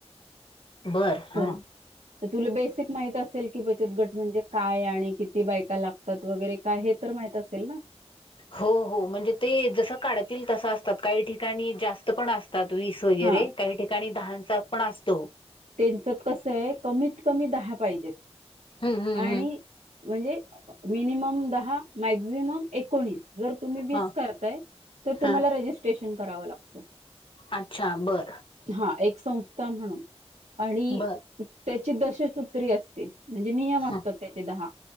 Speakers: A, on the left; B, on the right.
A: बरं हां
B: तर तर तुला बेसिक माह असेल की बचत गट म्हणजे काय आणि किती बायका लागतात वगैरे काय हे तर माहित असेल ना
A: हो हो म्हणजे ते जस काढतील तसं असतात काही ठिक काही ठिकाणी जास्त पण अस असतात वीस वगैरे
B: हा
A: काही ठिकाणी दहाांचा पण असतो
B: त्यांच कस आहे कमीत कमी दहा पाहिजेत
A: हम्म हम्म
B: आणि
A: हम्म.
B: म्हणजे मिनिमम दहा मॅक्झिमम एकोणीस जर तुम्ही वीस
A: हा
B: करताय तर तुम्हाला
A: हा
B: रेजिस्ट्रेशन करावं लागतं
A: अच्छा बर
B: हा एक संस्था म्हणून आणि
A: बर
B: त्याची दशसूत्री असते म्हणजे नियम असतात
A: ह
B: त्यांचे दहा